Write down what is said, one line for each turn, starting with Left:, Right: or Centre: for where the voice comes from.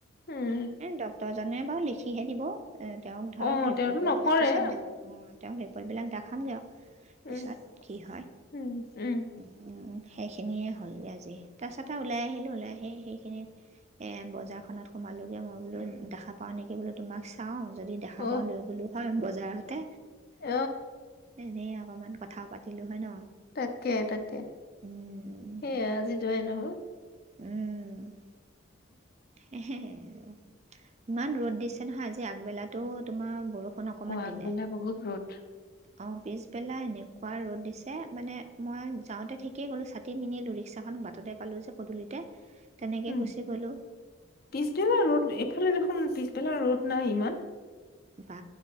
Left: উম
Right: এই ডক্তৰজনে বাৰু লিখি সিহে দিব। এ তেওঁক ধৰক
Left: অ
Right: লিপ
Left: তেওঁতো
Right: ৰিপৰ্ট
Left: নকৰে
Right: বিলাক পিছত দেখাম অ', তেওঁ <unintelligible> দেখাম গে আৰু
Left: উম
Right: পিছত কি হয়
Left: উম উম
Right: উম। সেইখিনিয়ে হ'লগে আজি। তাৰ পিছত আৰু ওলাই আহিলোঁ ওলাই আহি সেইখিনিত এই বজাৰখনত সোমালোগৈ মই বোলো দেখা পাওঁ নেকি বোলো তোমাক চাওঁ যদি দেখা
Left: অ
Right: পাওঁ লৈ গলো হয় বজাৰ হতে
Left: অ
Right: এনে অকনমান কথাও পাতিলো হয় ন?
Left: তাকে তাকে
Right: উম।
Left: সেইয়া আজি যোৱাই নহল
Right: উম। <unintelligible> ইমান ৰ'দ দিছে নহয় আজি আগবেলাতো তোমাৰ বৰষুণ অকণমান
Left: অ‌', আগবেলা
Right: দিলে
Left: বহুত ৰ'দ।
Right: অ পিছবেলা এনেকুৱা ৰ'দ দিছে মানে মই যাওঁতে ঠিকেই গ'লোঁ ছাতি নিনিলোঁ ৰিক্সাখন বাটতে পালোঁ যে পদূলিতে। তেনেকে
Left: উম
Right: গুচি গ'লো।
Left: পিছবেলা ৰ'দ এইফালে দেখোন পিছবেলা ৰ'দ নাই ইমান।
Right: বা